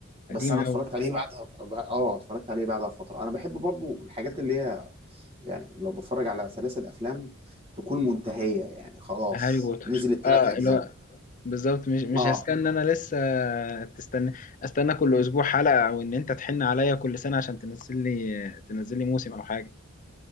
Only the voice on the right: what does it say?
بس أنا
اتفرجت عليه بعدها ب- اه اتفرجت عليه بعدها فترة أنا بحب برضو الحاجات اللي هي يعني لو بتفرج على سلاسل أفلام تكون منتهية يعني خلاص
نزل التلات
أجزاء
اه